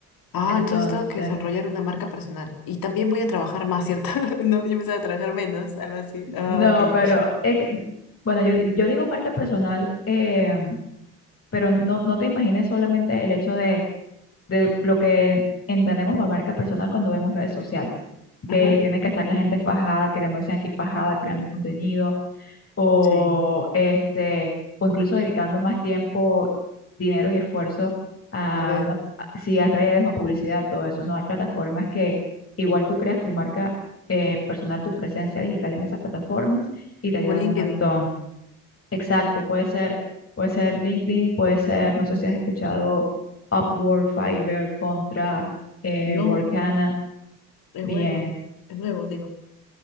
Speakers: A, on the left; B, on the left.
A: Ah,
B: Entonces,
A: entonces tengo que desarrollar una marca personal. Y también voy a trabajar más, ¿cierto? <laughs> No, yo empezaba a trabajar menos, algo así. Ah,
B: no,
A: ok,
B: pero
A: ok.
B: es que, bueno, yo, yo digo marca personal, eh, pero no, no te imagines solamente el hecho de, de lo que entendemos por marca personal cuando vemos redes sociales, que
A: Ujú,
B: tiene que estar la gente fajada, creando, dicen aquí fajada, creando contenido o
A: Sí,
B: este, o incluso dedicando más tiempo, dinero y esfuerzo a
A: a redes.
B: una, a- sí, a redes o a publicidad, todo eso, ¿no? Hay plataformas que igual tú creas tu marca eh, personal, tu presencia digital en esas plataformas y te ayudan
A: Como LinkedIn.
B: un montón. Exacto, puede ser, puede ser LinkedIn, puede ser, no sé si has escuchado Upwork, Fiverr, Contra, eh,
A: No,
B: Workana,
A: es
B: bien.
A: bueno, es nuevo, digo.